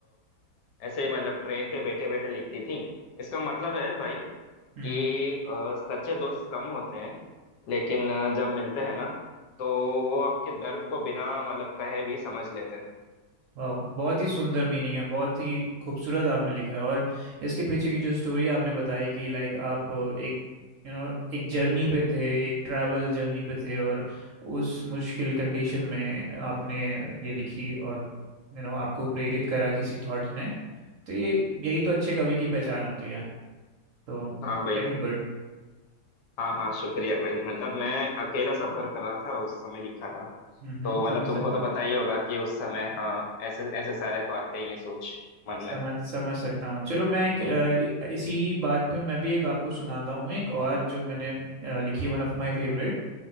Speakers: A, on the left; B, on the right.
A: अ, ऐसे ही मतलब ट्रेन पे बैठे बैठे लिख दी थी इसका मतलब है भाई
B: हम्म
A: कि अ, सच्चे दोस्त कम होते हैं लेकिन अ, जब मिलते हैं ना तो वो आपके दर्द को बिना मतलब कहे भी समझ लेते हैं
B: वाह बहुत ही सुंदर मीनिंग है बहुत ही खूबसूरत आपने लिखा है और इसके पीछे की जो स्टोरी आपने बताई कि लाइक आप एक यू you नो एक जर्नी पे थे एक ट्रैवल जर्नी पे थे और उस मुश्किल कंडीशन में आपने ये लिखी और यू you नो आपको प्रेरित करा किसी थॉट्स ने तो ये यही तो अच्छे कवि की पहचान होती है तो
A: हाँ भाई
B: वेरी गुड
A: हाँ हाँ शुक्रिया भाई मतलब मैं अकेला सफर कर रहा था उस समय लिखा था
B: हम्म हम्म
A: तो मतलब
B: समझ
A: तुमको
B: सकता
A: तो
B: हूँ
A: पता ही होगा कि उस समय हाँ ऐसे ऐसे सारे तो आते ही हैं सोच मन
B: समझ
A: में
B: समझ सकता हूँ चलो मैं एक,
A: हम्म
B: अ,
A: हम्म।
B: इ- इसी बात पे मैं भी एक आपको सुनाता हूँ एक और जो मैंने अ, लिखी है वन ऑफ माय फेवरेट